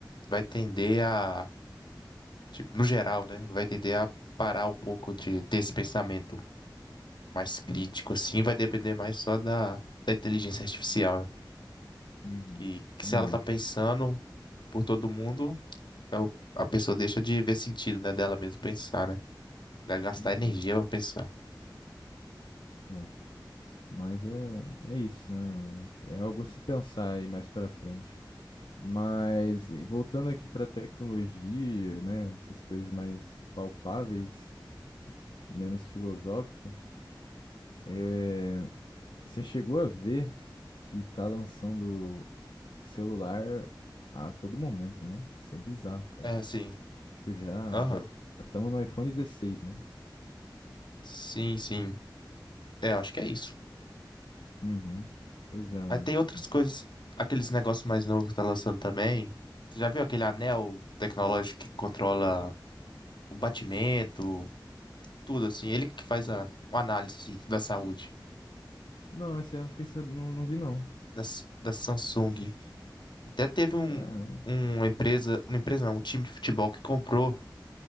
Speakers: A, on the left; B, on the left.
A: vai tender a, tipo, no geral, né, vai tender a parar um pouco de ter esse pensamento mais
B: sim.
A: crítico assim, vai depender mais só da, da inteligência artificial, né?
B: Uhum.
A: que, que
B: Também
A: se ela
B: acho.
A: tá pensando por todo mundo, a a pessoa deixa de ver sentido, né, dela mesmo pensar, né? Vai gastar
B: Uhum.
A: energia para pensar.
B: É. Mas é, é isso, né? mano? É algo a se pensar aí mais pra frente. Mas e voltando aqui pra tecnologia, né? Essas coisas mais palpáveis, menos filosófico, é, você chegou a ver que tá lançando celular a todo momento, né? Isso é bizarro, cara.
A: É, sim.
B: Tipo, já
A: Aham.
B: já estamos no iPhone dezesseis, né?
A: Sim, sim. É, acho que é isso.
B: Uhum. Pois é, mano.
A: Aí tem outras coisas, aqueles negócios mais novos que tá lançando também. Você já viu aquele anel tecnológico que controla o batimento, tudo assim? Ele que faz a, uma análise assim, da saúde
B: Não, esse ano eu fiquei sabendo, não, não vi não.
A: da, S- da Samsung. Até teve um,
B: Cara.
A: uma empresa, uma empresa não, um time de futebol que comprou